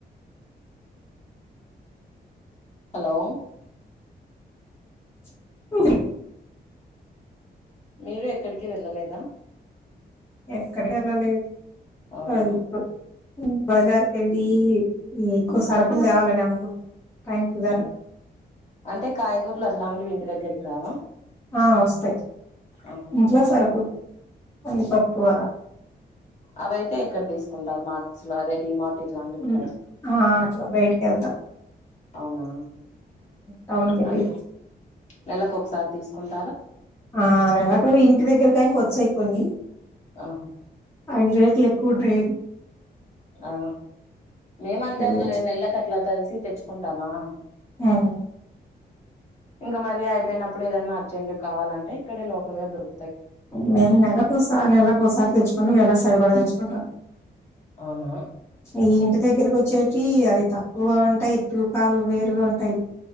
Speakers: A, on the left; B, on the left.
A: హలో
B: <unintelligible>
A: మీరు ఎక్కడికి వెళ్ళలేదా
B: ఎక్కడి కెళ్ళాలి
A: అవునా
B: అది ఇప్పుడు బజార్కి యెళ్ళి ఎక్కువ సరుకులు తేవాలని అనుకుంటున్నా టైం కుదరదు
A: ఆ అంటే కాయగూరలు అట్లాంటి ఇంటి దగ్గరికి రావా
B: ఆ వస్తాయి
A: ఆహా
B: ఇంట్లో సరుకులు కంది పప్పు అలా
A: అవైతే ఎక్కడ దీసుకుంటారు మార్టు లో అదే డీమార్ట్ ఇట్లాంటివి
B: హ్మ్.
A: ఉంటాయి గదా
B: ఆ అట్లా బయటికి వెళ్తాం
A: అవునా
B: టౌన్ కి
A: అం
B: వెళ్ళి
A: నెలకు ఒకసారి తీసుకుంటా
B: ఆ నెలాకు ఇంటి దగ్గరకాని వచ్చాయి కొన్ని
A: ఆహా
B: అవి రేట్లు ఎక్కువ ఉంటాయని
A: ఆ మేమ్ అంతే
B: వెళ్ళి
A: ఒక రెండు నెల్లకు అట్లా కలిసి తెచ్చుకుంటామా
B: ఉమ్
A: ఇంగ మరీ అయిపోయినప్పుడు ఏదన్నా అర్జెంట్ కావాలంటే ఇక్కడే లోకల్ గా దొరు
B: మేము నెలకొసారి నెలకొసారి తెచ్చుకుంటా నేలకు సరిపడా తెచ్చుకుంటాం
A: అవునా
B: ఈ ఇంటి దగ్గరకి వచ్చేటివి అవి తక్కువగా ఉంటాయి తూకాలు వేరుగా ఉంటాయి